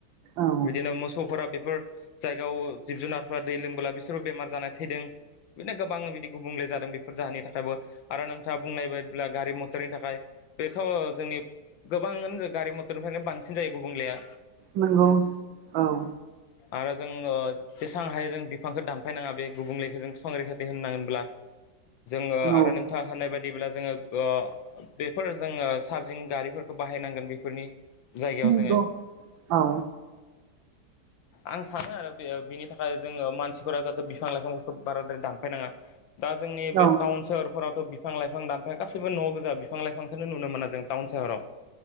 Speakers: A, on the right; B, on the left.
A: औ
B: बिदिनो मोसौफोरा फोर जायगायाव जिब जुनारफोरा दै लोंबोला बिसोरबो बेमार जानाय थैदों। बिदिनो गोबां बिदि गुबुंले जादों बेफोर जाहोननि थाखायबो आरो नोंथाङा बुंनाय बायदिब्ला गारि मटरनि थाखाय बेथ' जोंनि गोबाङानो गारि मथरनिफ्रायनो बांसिन जायो गुबुंलाया।
A: नंगौ औ
B: आरो जों ओ जेसां हायो जों बिफांखौ दानफायनाङा बे गुबुंलेखौ जों रैखाथि होननांगोनब्ला जोंङो
A: औ
B: आरो नोंथाङा होनाय बायदि बदिब्ला जोंङो बेफोर जोंङो चार्जिं गारिफोरखौ बाहायनांगोन बेफोरनि जायगायाव
A: नंगौ
B: जोङो
A: औ
B: आं सानो आरो बिनि थाखाय जोंङो मानसिफोरा जाहाथे बिफां लाइफांफोरखौ बाराद्राय दानफायनाङा दा जोंनि
A: औ
B: बे टाउन सोहरफोरावथ' बिफां लाइफां दानफाया गासिबो न' गोजा बि बिफां लाइफांखौनो नुनो मोना जों टाउन सहराव